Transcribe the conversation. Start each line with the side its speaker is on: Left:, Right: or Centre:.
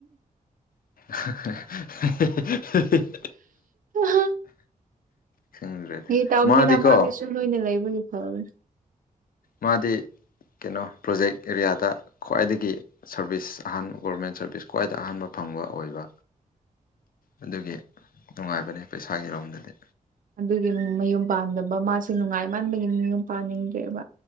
Left: <unintelligible>
Right: ꯍ
Left: ꯈꯪꯗ꯭ꯔꯦꯗꯤ
Right: ꯇ ꯑꯝ
Left: ꯃꯥꯗꯤꯀꯣ
Right: ꯇ ꯃꯥꯒꯦ ꯂꯣꯏꯅ ꯂꯩꯕꯒꯤ ꯐꯕꯅꯦ
Left: ꯃꯥꯗꯤ ꯀꯩꯅꯣ ꯄ꯭ꯔꯣꯖꯦꯛ ꯑꯦꯔꯤꯌꯥꯗ ꯈ꯭ꯋꯥꯏꯗꯒꯤ ꯁꯔꯚꯤꯁ ꯑꯍꯥꯟꯕ ꯒꯣꯔꯃꯦꯟ ꯁꯔꯚꯤꯁ ꯈ꯭ꯋꯥꯏꯗ ꯑꯍꯥꯟꯕ ꯐꯪꯕ ꯑꯣꯏꯕ ꯑꯗꯨꯒꯤ ꯅꯨꯡꯉꯥꯏꯕꯅꯦ ꯄꯩꯁꯥꯒꯤꯔꯣꯝꯗꯗꯤ
Right: ꯑꯗꯨꯒꯤ ꯃꯌꯨꯝ ꯄꯥꯟꯝꯗꯕ ꯃꯥꯁꯦ ꯅꯨꯡꯉꯥꯏ ꯃꯟꯕꯒꯤ ꯃꯌꯨꯝ ꯄꯥꯟꯅꯤꯡꯗ꯭ꯔꯦꯕ